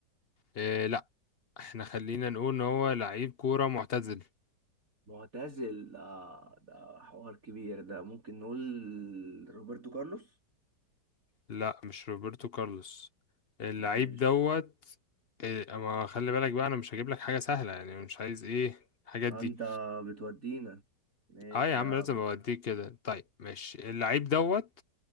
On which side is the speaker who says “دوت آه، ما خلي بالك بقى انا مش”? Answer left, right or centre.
Left